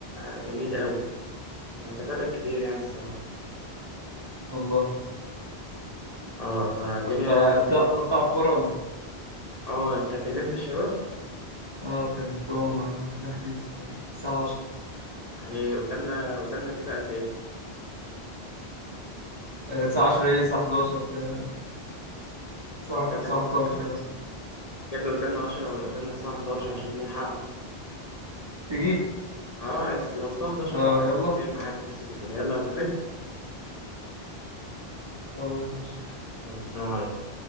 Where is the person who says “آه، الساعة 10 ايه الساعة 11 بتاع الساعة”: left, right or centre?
Right